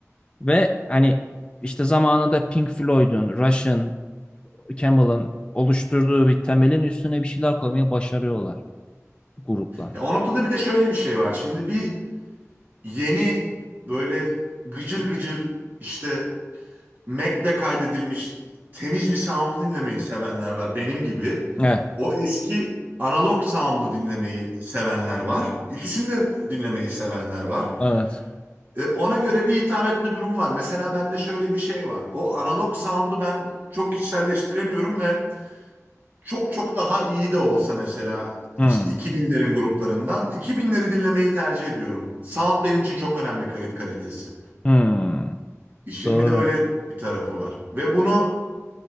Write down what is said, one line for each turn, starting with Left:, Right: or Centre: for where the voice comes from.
Left: Ve hani işte zamanında Pink Floyd'un, Rush'ın, Camel'ın oluşturduğu bir temelin üstüne bir şeyler koymayı başarıyorlar gruplar.
Right: Ya o noktada bir de şöyle bir şey var. Şimdi bir yeni böyle gıcır gıcır işte Mac'le kaydedilmiş temiz bir sound'u dinlemeyi sevenler var benim gibi.
Left: Evet.
Right: O eski analog sound'u dinlemeyi sevenler var. İkisini de dinlemeyi sevenler var.
Left: Evet.
Right: E, ona göre bir hitap etme durumu var. Mesela bende şöyle bir şey var. O analog sound'u ben çok içselleştiremiyorum ve çok çok daha iyi de olsa mesela
Left: Hmm.
Right: işte 2000'lerin gruplarından 2000'leri dinlemeyi tercih ediyorum. Sound benim için çok önemli kayıt kalitesi.
Left: Hmm.
Right: İşin
Left: Doğru.
Right: bir de öyle bir tarafı var. Ve bunu